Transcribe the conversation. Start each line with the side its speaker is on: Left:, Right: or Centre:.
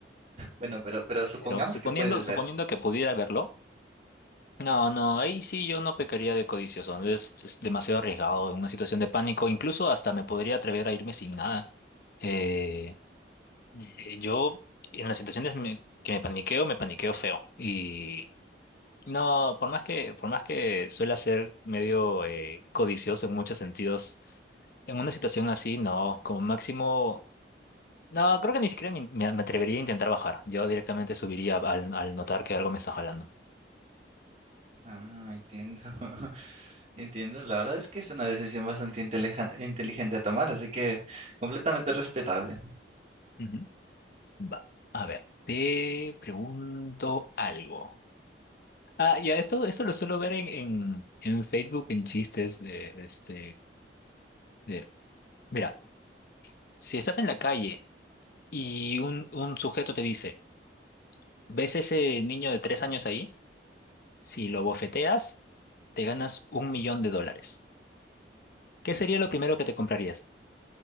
Right: Bueno, pero, pero supongamos
Left: Pero suponiendo,
Right: que puedes
Left: suponiendo
Right: ver.
Left: que pudiera verlo, no, no, ahí sí yo no pecaría de codicioso, es, es demasiado arriesgado, en una situación de pánico, incluso hasta me podría atrever a irme sin nada. Eh, y- yo en las situaciones me- que me paniqueo, me paniqueo feo. Y no, por más que, por más que suela ser medio eh, codicioso en muchos sentidos, en una situación así, no, como máximo, no, creo que ni siquiera me, me- me atrevería a intentar bajar, yo directamente subiría al al notar que algo me está jalando.
Right: Ah, entiendo. <laughs> Entiendo. La verdad es que es una decisión bastante inteligen- inteligente a tomar, así que completamente respetable.
Left: Ujú. Va. A ver, te pregunto algo. Ah, ya, esto, esto lo suelo ver en, en, en Facebook, en chistes de, de este, de, mira, si estás en la calle y un, un sujeto te dice, ¿ves ese niño de tres años ahí? Si lo bofeteas, te ganas un millón de dólares. ¿Qué sería lo primero que te comprarías?